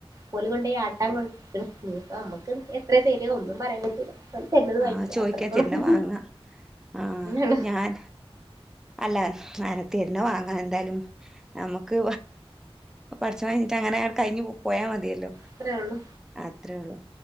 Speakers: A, on the right; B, in the centre.
A: പോല് കൊണ്ട് ആ കൊണ്ടൊയിക്കണുപ്പൊ നമ്മുക്ക് എത്ര തരോ ഒന്നും പറയാൻ പറ്റില്ല ഓല് തരുന്നത്
B: ആഹ്
A: വാങ്ങിക്കാ
B: ചോദിക്കാ
A: അത്രക്കൊള്ളൂ
B: തരുന്ന വാങ്ങാം ആഹ്
A: അങ്ങനെയള്ളു
B: ഞാൻ അല്ല അഹ്. ത്തര്ന്ന വാങ്ങാ എന്തായാലും നമുക്ക് പഠച്ചവൻ കനിഞ്ഞിട്ട് അങ്ങനെ കഴിഞ്ഞ് പോയ മതിയല്ല
A: അത്രേ ഒള്ളൂ
B: അത്രെയുള്ളു.